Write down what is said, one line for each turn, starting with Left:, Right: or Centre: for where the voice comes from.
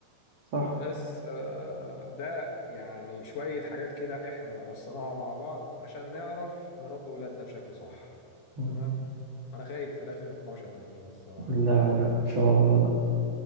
Right: صح
Left: بس آه، ده يعني شوية حاجات كده احنا رصيناها مع بعض عشان نعرف نربي ولادنا بشكل صح
Right: مم.
Left: تمام وانا خايف في الاخر يطلعوا شمامين الصراحة
Right: لا
Left: يعني
Right: لا إن شاء الله لا